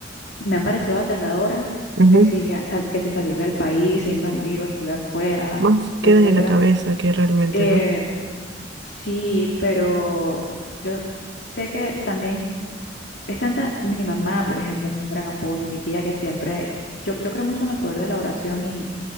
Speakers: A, on the left; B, on the right.
A: me han parecido aterradoras,
B: ujú.
A: que si, via- sal- que si salir del país, e irme a vivir o a estudiar fuera,
B: Más quedan
A: etcétera
B: en la cabeza que realmente,
A: Eh,
B: ¿no?
A: sí, pero yo sé que también es tanta mi mamá, por ejemplo, que es un gran apoyo, y mi tía que siempre, yo, yo creo mucho en el poder de la oración y,